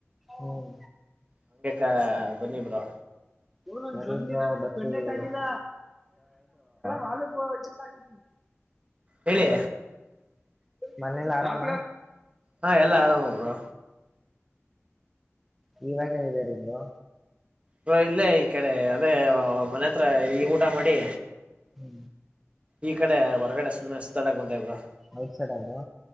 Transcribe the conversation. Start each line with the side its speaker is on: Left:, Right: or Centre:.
Centre: ಹ್ಮ್
Right: ಹಂಗೆ ಬನ್ನಿ ಬ್ರೋ
Centre: ಹ ಚೆ ಕಾಯಿಲ್ಲ ಹಾಲುಂತ ಆಗಿದ್ದೀನಿ
Right: ಹೇಳಿ
Centre: ಮನೇಲಿ ಆರಾಮ
Right: ಹಾ ಎಲ್ಲಾ ಆರಾಮಬ್ರೋ
Centre: ಹೂ ಎಲ್ಲಿದಿರ ಬ್ರೋ
Right: ಹ ಇಲ್ಲೇ ಈ ಕಡೆ ಅದೇ ಮನೆ ಹತ್ರ ಈ ಊಟ ಮಾಡಿ
Centre: ಹೂ
Right: ಈ ಕಡೆ ಹೊರಗಡೆ ಸ ಸುತ್ತಾಡಕ್ ಬಂದೆ ಬ್ರೋ
Centre: ರೈಟ್ ಸೈಡ್ ಬ್ರೋ